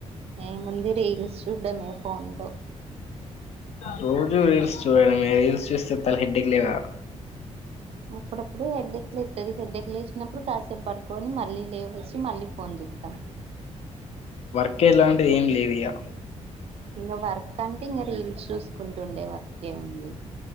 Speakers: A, on the right; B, on the left.
A: ఏ ముంది రీల్స్ చూడ్డమే ఫోన్లో
B: రోజు రీల్స్ చూడడమే రీల్స్ చుస్తే తల హెడ్ఏక్ లేదా
A: అప్పుడప్పుడు హెడ్డెక్లు ఎస్తది హెడ్డెక్లు వేసినప్పుడు కాస్త పడుకొని మళ్ళీ లేవేసి మళ్ళీ ఫోన్ చూస్తాం
B: ఓ ఇలా ఏం లేలీవయా
A: ఇంగ వర్క్ అంటే ఇంగ రీల్ షూస్ కుంటు ఉండే వర్క్ ఏ ఉంది